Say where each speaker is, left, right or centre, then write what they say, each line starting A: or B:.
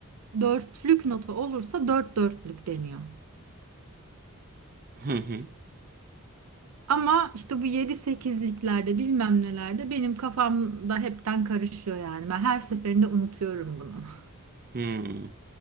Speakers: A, on the right; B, on the right.
A: dörtlük notu olursa dört dörtlük deniyor.
B: Hı hı.
A: Ama işte bu yedi sekizliklerde bilmem nelerde benim kafamda hepten karışıyor yani. Ben her seferinde unutuyorum bunu. <laughs>
B: Hmm.